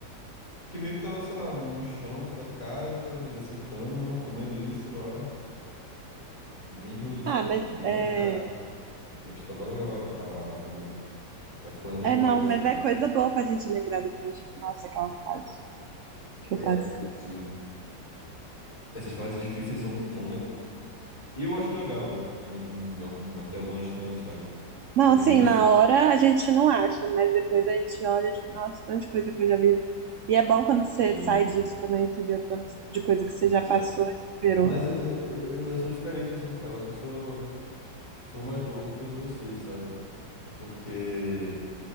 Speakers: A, on the left (about 20°); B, on the right (about 75°).
A: Porque meio que tava, sei lá, no chão da casa, ainda assim cama, comendo isso lá, bem ruim, sabe?
B: Ah, mas
A: Bem
B: é.
A: precário. Mas tava legal a, a- a comida. Aí ficou na memória
B: É, não,
A: esse.
B: mas é coisa boa pra gente lembrar depois. Tipo, nossa, aquela fase que
A: É.
B: eu passei.
A: Sim. Essas fases difíceis são, são. le- Eu acho legal, em algum, em algum, até alguma distância, sabe?
B: Não,
A: Teve
B: assim,
A: mês.
B: na hora a gente não acha, mas depois a gente olha, tipo, nossa, tanta coisa que eu já vivi. E é bom quando
A: Sim.
B: você sai disso também, você vê o tanto de coisa que você
A: Exato.
B: já passou, superou.
A: Mas eu, eu, eu sou diferente, assim, cara. Eu acho que eu sou, sou mais louco que todos vocês, sabe? Porque